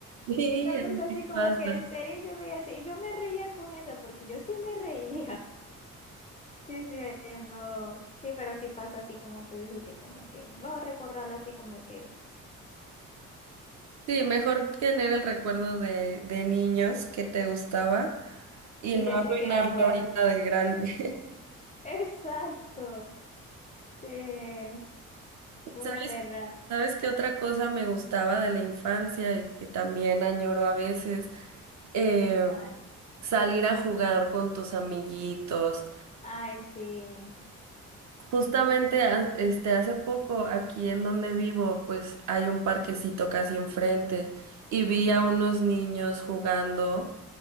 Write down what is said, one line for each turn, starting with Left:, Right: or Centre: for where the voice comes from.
Right: Sí,
Left: Me
Right: así
Left: puse así como
Right: pasa.
Left: que en serio yo veía así, y yo me reía con eso, porque yo sí me reía. <laughs> Sí, sí, ellos no. Sí, pero sí pasa así como tú dijiste, como que, vamos a recordarlo así como que,
Right: Sí, mejor tener el recuerdo de, de niños que te gustaba y
Left: y
Right: no
Left: decir
Right: arruinarlo
Left: que era bueno.
Right: ahorita de grande.
Left: <laughs> Exacto. Sí,
Right: <laughs>
Left: bueno,
Right: ¿Sabes?
Left: es verdad.
Right: ¿Sabes qué otra cosa me gustaba de la infancia y que también añoro a veces? Eh,
Left: ¿Cuál?
Right: salir a jugar con tus amiguitos.
Left: Ay, sí.
Right: Justamente ha- este hace poco aquí en donde vivo, pues hay un parquecito casi enfrente y vi a unos niños jugando.